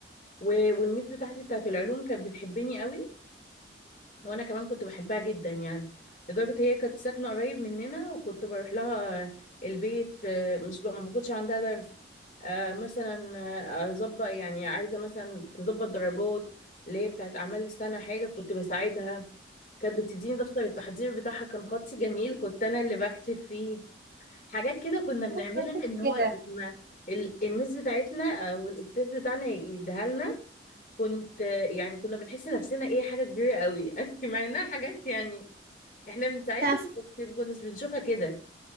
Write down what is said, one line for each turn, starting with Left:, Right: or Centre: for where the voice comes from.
Left: و- والميس بتاعتي بتاعت العلوم كانت بتحبني قوي وانا كمان كنت بحبها جدا يعني لدرجة هي كانت ساكنة قريب مننا وكنت بروح لها البيت آه، مش ب... ما كنتش عندها درس آه، مثلا آه، اظبط يعني عايزة مثلا تظبط درجات اللي هي بتاعت اعمال السنة حاجة كنت بساعدها كانت بتديني دفتر التحضير بتاعها كان خطي جميل كنت انا اللي بكتب فيه حاجات كده كنا بنعملها
Right: انا كمان
Left: ان
Right: كنت
Left: هو
Right: كده
Left: إن ال- الميس بتاعتنا او الاستاذ بتاعنا يديها لنا كنت يعني كنا بنحس نفسنا ايه حاجة كبيرة قوي <laughs> يعني مع انها حاجات يعني احنا بنساعدهم
Right: فعلا
Left: بس ما كناش بنشوفها كده